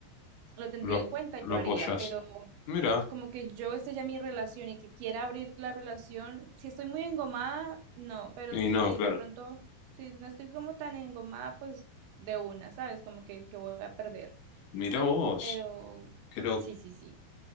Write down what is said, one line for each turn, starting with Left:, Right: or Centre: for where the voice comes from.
Right: lo tendría
Left: Lo,
Right: en cuenta y
Left: lo
Right: lo
Left: apoyas.
Right: haría, pero
Left: Mira.
Right: como que yo esté ya mi relación y que quiera abrir la relación, si estoy muy engomada, no, pero
Left: Y
Right: si
Left: no, claro.
Right: de pronto, si no estoy como tan engomada, pues de una, ¿sabes? Como que, que voy a perder,
Left: Mira vos.
Right: pero
Left: Qué loco.
Right: sí, sí, sí.